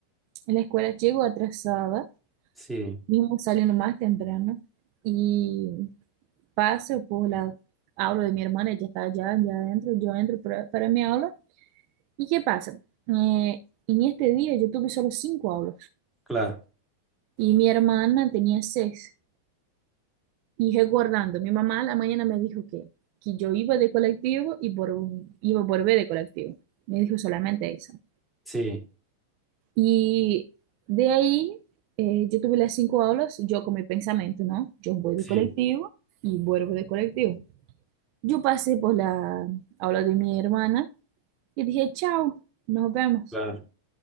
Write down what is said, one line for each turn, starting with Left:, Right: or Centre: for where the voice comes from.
Right: en la escuela llego atrasada
Centre: Sí,
Right: mismo saliendo más temprano y paso por la aula de mi hermana, ella está allá, allá adentro, yo entro para, para mi aula. ¿Y qué pasa? Eh, en este día yo tuve solo cinco aulas
Centre: claro,
Right: y mi hermana tenía seis. Y recordando, mi mamá a la mañana me dijo que, que yo iba de colectivo y por, iba a volver de colectivo. Me dijo solamente eso.
Centre: sí,
Right: Y de ahí eh, yo tuve las cinco aulas, yo con mi pensamiento, ¿no? Yo voy
Centre: sí.
Right: de colectivo y vuelvo de colectivo. Yo pasé por la aula de mi hermana y dije, chao, nos vemos.
Centre: claro.